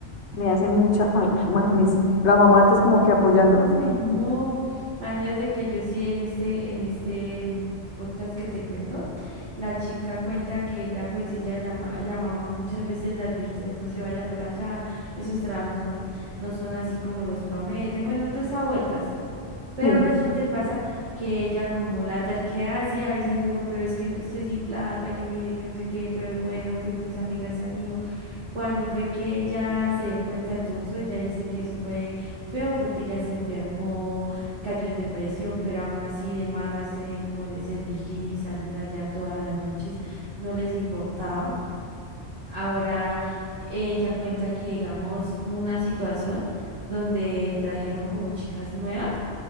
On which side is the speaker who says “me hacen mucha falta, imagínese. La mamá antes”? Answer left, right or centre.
Left